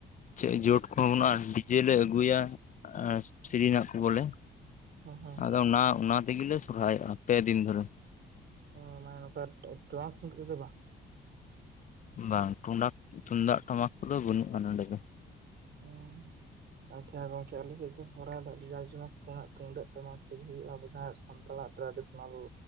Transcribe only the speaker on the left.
ᱪᱮᱫ ᱡᱳᱴ ᱠᱚᱦᱚᱸ ᱵᱟᱹᱱᱩᱜ ᱰᱤᱡᱮ ᱞᱮ ᱟᱹᱜᱩᱭᱟ ᱥᱤᱨᱤᱱᱟᱜ ᱠᱚ ᱵᱚᱞᱮ᱾
ᱟᱫᱚ ᱚᱱᱟ ᱚᱱᱟ ᱛᱮᱜᱮᱞᱮ ᱥᱚᱨᱦᱟᱭᱚᱜᱼᱟ, ᱯᱮ ᱫᱤᱱ ᱫᱷᱚᱨᱮ᱾
ᱵᱟᱝ ᱴᱩᱱᱟᱠ ᱛᱩᱢᱫᱟᱜ ᱴᱟᱢᱟᱠ ᱠᱚᱫᱚ ᱵᱟᱹᱱᱩᱜᱼᱟ ᱱᱚᱸᱰᱮ ᱫᱚ᱾